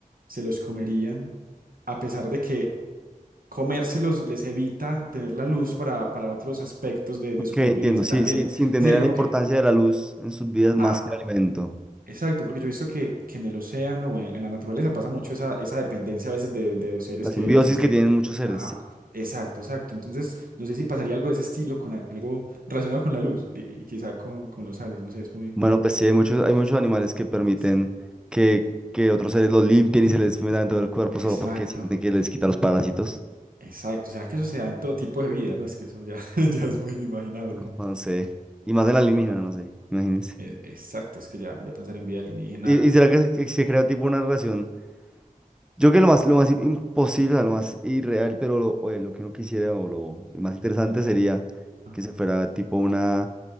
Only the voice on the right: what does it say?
se los comerían a pesar de que comérselos les evita tener la luz para, para otros aspectos de,
de supervivencia
también?
Es decir, como
que...
ah,
Exacto, porque yo he visto que, que en el océano o en, en la naturaleza pasa mucho esa, esa dependencia a veces de, de dos seres
que,
que se...
Ajá, exacto, exacto. Entonces, no sé si pasaría algo de ese estilo con algo relacionado con la luz y, y quizá con, con los sales, no sé, es muy...
Sí.
Exacto,
exacto. ¿Será que eso se da en todo tipo de vida? No, es que eso ya, <laughs> ya es muy inimaginable.
Ajá.
E- Exacto, es que ya, ya pensar en vida alienígena.
Ajá.